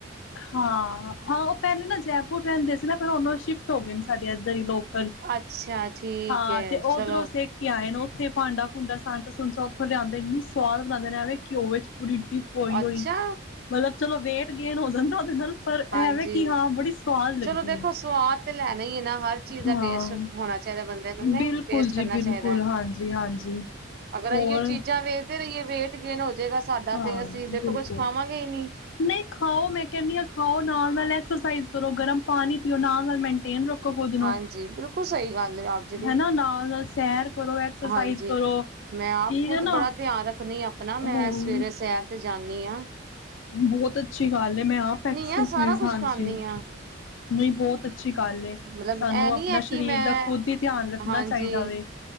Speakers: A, on the left (about 75°); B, on the right (about 50°).
A: ਹਾਂ-ਹਾਂ ਉਹ ਪਹਿਲੇ ਨਾ ਜੈਪੁਰ ਰਹਿੰਦੇ ਸੀ। ਨਾ ਫਿਰ ਉਹਦੋਂ ਸ਼ਿਫਟ ਹੋ ਗਏ ਨੇ ਸਾਡੇ ਇੱਧਰ ਹੀ ਲੋਕ
B: ਅੱਛਾ ਠੀਕ
A: ਹਾਂ
B: ਹੈ
A: ਤੇ
B: ਚਲੋ
A: ਉੱਧਰੋਂ ਸਿੱਖ ਕੇ ਆਏ ਨੇ ਉ ਉੱਥੇ ਭਾਂਡਾ- ਭੂੰਡਾ ਸਾਂਚਾ ਉੱਥੋਂ ਲਿਆਉਂਦੇ ਇੰਨੀ ਸਵਾਦ ਬਣਾਉਦੇ ਨੇ ਵੇ ਘਿਓ ਵਿੱਚ ਪੂਰੀ ਇਡੀ ਪੋਈ ਹੋਈ
B: ਅੱਛਾ
A: ਮਤਲਬ ਚਲੋ ਵੇ ਗੇਨ ਹੋ ਜਾਂਦਾ। ਦਰ ਪਰ
B: ਹਾਂਜੀ
A: ਐਵੇਂ ਕਿ ਹਾਂ ਬੜੀ ਸਵਾਦ ਲੱਗਦੀ
B: ਚਲੋ ਦੇਖੋ
A: ਹੈ।
B: ਸੁਵਾਦ। ਤੇ ਲੇ ਨਹੀਂ ਆ ਨਾ ਹਰ ਚੀਜ
A: ਹਾਂ
B: ਦਾ ਟੇਸਟ ਹੋਣਾ ਚਾਹੀਦੇ ਬੰਦੇ ਨੂੰ ਨਹੀ
A: ਬਿਲਕੁਲ
B: ਟੇਸਟ
A: ਜੀ
B: ਕਰਨਾ
A: ਬਿਲਕੁਲ
B: ਚਾਹੀਦੇ।
A: ਹਾਂਜੀ ਹਾਂਜੀ
B: ਅਗਰ
A: ਹੋਰ
B: ਐਈਉ ਚੀਜਾ ਦੇਖਦੇ ਰਹਿਣੇ ਵੇਟ ਗੇਨ ਹੋ, ਜਾਏਗਾ ਸਾਡਾ
A: ਹਾਂ
B: ਤੇ ਅਸੀਂ ਦੇਖੋ
A: ਬਿਲਕੁਲ
B: ਕੁੱਝ ਖਾਵਾਂਗੇ ਹੀ ਨਹੀਂ।
A: ਨਹੀਂ ਖਾਓ ਮੈਂ ਕਹਿੰਦੀ ਹਾਂ ਖਾਓ ਐਕਸਰਸਾਈਜ਼ ਕਰੋ ਗਰਮ, ਪਾਣੀ ਪੀਓ ਨਾਲ ਨਾਲ ਮੇਨਟੇਨ ਰੱਖੋ। ਖੁਦ
B: ਹਾਂਜੀ
A: ਨੂੰ
B: ਬਿਲਕੁਲ ਸਹੀ ਗੱਲ ਹੈ, ਆਪ ਜੀ ਦੀ।
A: ਹਨਾ ਨਾਲ ਨਾਲ ਸੈਰ ਕਰੋ ਐਕਸਰਸਾਈਜ਼
B: ਹਾਂਜੀ
A: ਕਰੋ
B: ਮੈਂ ਆਪ
A: ਠੀਕ
B: ਖੁਦ
A: ਹੈ ਨਾ
B: ਬੜਾ ਧਿਆਨ ਰੱਖਣੀ ਆਪਣਾ ਮੈਂ,
A: ਹਾਂ
B: ਸਵੇਰੇ ਸ਼ਹਿਰ ਜਾਨੀ ਆ, ਐ,
A: ਬਹੁਤ ਅੱਛੀ ਗੱਲ ਐ ਆਪ ਐਕਰਸਾਈਜ
B: ਹਾਂ ਸਾਰਾ ਕੁਛ
A: ਹਾਜੀ,
B: ਖਾਂਦੀ ਹਾਂ
A: ਨਹੀ ਬਹੁਤ ਅੱਛੀ ਗੱਲ ਐ
B: ਮਤਲਬ
A: ਸਾਨੂੰ
B: ਇਹ
A: ਆਪਣੇ
B: ਨੀ ਹੈ ਕਿ
A: ਸਰੀਰ
B: ਮੈਂ
A: ਦਾ ਖੁਦ ਹੀ ਧਿਆਨ ਰੱਖਣਾ
B: ਹਾਂਜੀ
A: ਚਾਹੀਦਾ ਵੇ,